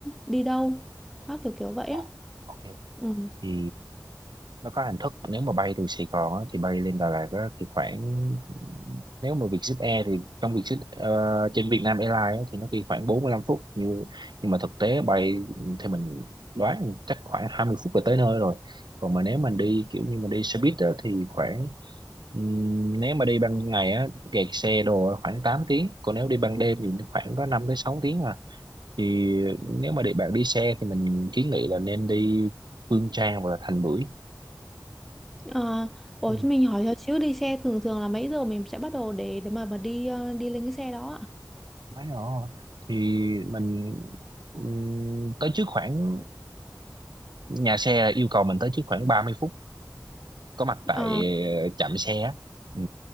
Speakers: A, in the centre; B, on the right.
A: đi đâu, đó kiểu kiểu vậy
B: Ồ,
A: á.
B: ok.
A: Ừ.
B: thì nó có hình thức nếu mà bay từ Sài Gòn á, thì bay lên Đà Lạt á, thì khoảng nếu mà Vietjet Air thì trong Vietjet ờ, trên Việt Nam Airlines á, thì nó đi khoảng bốn mươi lăm phút như nhưng mà thực tế bay thì mình đoán chắc khoảng 20 phút là tới nơi rồi còn mà nếu mình đi kiểu như mình đi xe buýt á, thì khoảng ừm, nếu mà đi ban ngày á kẹt xe đồ á, khoảng tám tiếng còn nếu đi ban đêm thì khoảng có 5 tới 6 tiếng à thì nếu mà để bạn đi xe thì mình kiến nghị là nên đi Phương Trang hoặc là Thành Bưởi
A: Ờ, ủa
B: Ừ,
A: cho mình hỏi cho xíu đi xe thường thường là mấy giờ mình sẽ bắt đầu để để mà mà đi ờ, đi lên cái xe đó ạ?
B: quá rõ thì mình ừm, tới trước khoảng nhà xe là yêu cầu mình tới trước khoảng 30 phút có mặt tại
A: Ờ.
B: ờ, trạm xe á. ừ.